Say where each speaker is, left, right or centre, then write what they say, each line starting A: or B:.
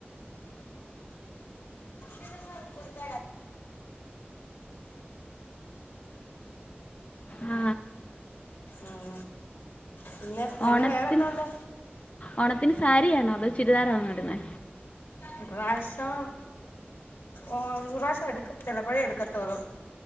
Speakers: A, on the left; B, on the left.
A: അങ്ങ് കൊടുത്ത
B: ആ
A: ഉം പിന്നെ പിന്നെ
B: ഓണത്തിന്
A: വേറെന്താണ്ട്
B: ഓണത്തിന് സാരിയാണോ അതോ ചുരിദാറാണോ ഇടുന്നെ
A: ഇപ്രാവശ്യം ഓ ഇപ്രാവശ്യം എടുക്കത്തില്ല ചിലപ്പോഴെ എടുക്കത്തോളു